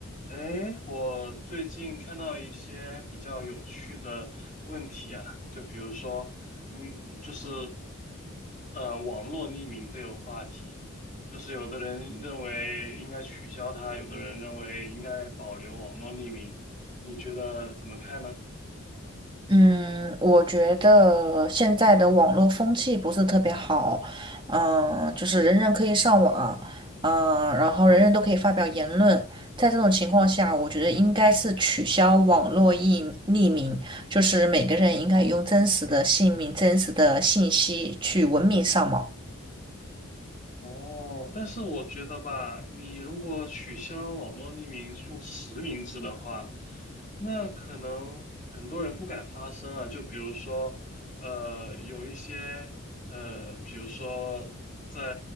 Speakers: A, on the left; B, on the right.
A: 哎，我最近看到一些比较有趣的问题啊，就比如说，嗯，就是呃，网络匿名这个话题，就是有的人认为应该取消它，有的人认为应该保留网络匿名，你觉得怎么看呢？
B: 嗯，我觉得现在的网络风气不是特别好，嗯、就是人人可以上网，嗯、然后人人都可以发表言论，在这种情况下，我觉得应该是取消网络匿匿名，就是每个人应该用真实的姓名、真实的信息去文明上网。
A: 哦，但是我觉得吧，你如果取消网络匿名用实名制的话，那可能很多人不敢发声啊。就比如说，呃，有一些呃，比如说在